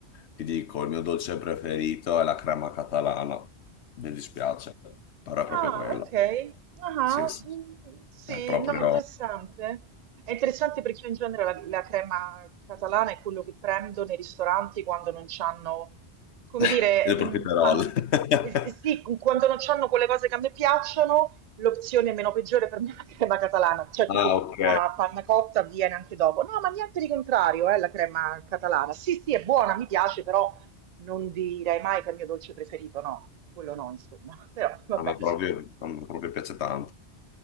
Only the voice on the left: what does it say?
ti dico, il mio dolce preferito è la crema catalana. Mi dispiace, però è
proprio quello.
Sì, sì,
sì.
è proprio
<laughs>
il
profiterol.
<laughs>
Ah,
ok.
A me proprio, a me proprio piace tanto.